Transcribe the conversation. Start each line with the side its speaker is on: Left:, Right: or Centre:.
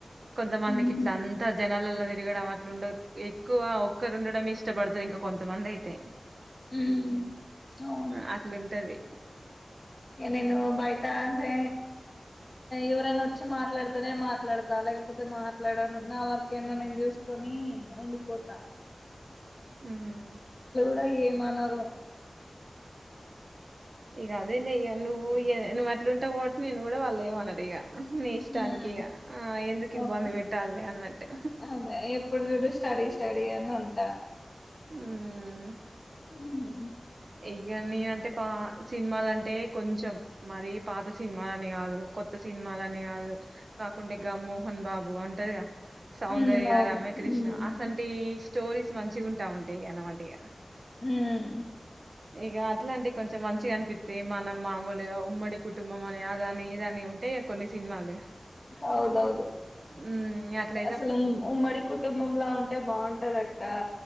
Right: కొంతమందికి
Left: ఉమ్
Right: ఇట్లా అంతా జనాలలో తిరగడం అట్లా ఉండదు ఎక్కువ ఒక్కరు ఉండడమే ఇష్టపడతారు ఇంకా కొంతమంది అయితే
Left: ఉమ్ అవును
Right: ఆ, అట్లుంటది
Left: ఇగ నేను బయటా అంటే ఎవరైనా వచ్చి మాట్లాడితేనే మాట్లాడతా లేకపోతే మాట్లాడను నా వర్క్ ఏందో నేను చూస్ కొని ఉండిపోతా
Right: ఉమ్
Left: ఇంట్ల ఏమనరు
Right: ఇగ అదే లే ఇగ నువ్వు నువ్వు అట్ల ఉంటావ్ కాబట్టి నిన్ను గూడా వాళ్ళు లేమనరు ఇగ నీ ఇష్టానికి
Left: ఉమ్
Right: ఇగ ఆ ఎందుకు ఇబ్బంది
Left: ఓకే
Right: పెట్టాలి అన్నట్టు
Left: అదే ఎప్పుడు చూడు స్టడీ స్టడీ అని ఉంటా
Right: ఉమ్
Left: ఉమ్
Right: ఇగ నేనంటే పా సినిమాలంటే కొంచెం మరి పాత సినిమాలనే కాదు కొత్త సినిమాలనే కాదు కాకుంటే గా మోహన్ బాబు అంటదిగ సౌందర్య
Left: ఉమ్ అవును
Right: రమకృష్ణ
Left: ఉమ్
Right: అసంటి స్టోరీస్ మంచిగా ఉంటా ఉంటాయి అన్నమాట ఇగ
Left: ఉమ్
Right: ఇగ అట్లాంటి కొంచెం మంచిగా అనిపిస్తే మనం మామూలుగా ఉమ్మడి కుట్ టుంబం అని అదని ఇదని ఉంటయ్ గా కొన్ని సినిమాలు
Left: అవునవును
Right: ఉమ్ ఇగ అట్లా
Left: అసలు ఉమ్మడి కుటుంబంలా ఉంటే బాగుంటది అక్క